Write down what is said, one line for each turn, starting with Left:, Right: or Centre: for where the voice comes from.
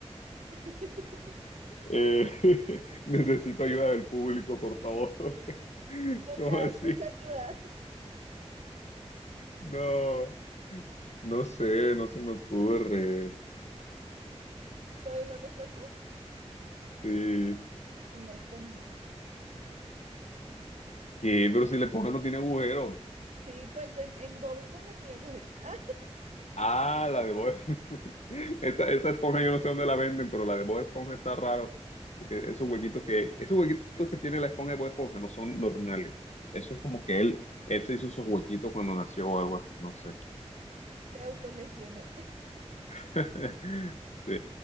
Right: <laughs>
Left: Eh, <laughs> necesito ayuda del público, por favor. <laughs>
Right: Mucha,
Left: ¿Cómo así?
Right: mucha ayuda.
Left: No, no sé, no se me ocurre.
Right: ¿Te doy la respuesta?
Left: Sí.
Right: Una esponja.
Left: ¿Qué? Pero si le pongo no tiene agujero
Right: Sí, pues en, en Bob Esponja tiene agujeros. <laughs> ¡Ah!
Left: Ah, la de Bob. <laughs> Esa, esa esponja yo no sé dónde la venden, pero la de Bob Esponja está raro. Porque esos huequitos que, esos huequitos que tiene la esponja de Bob Esponja no son normales. Eso es como que él, él se hizo esos huequitos cuando nació o algo así, no sé.
Right: Se autolesionó.
Left: <laughs> Sí.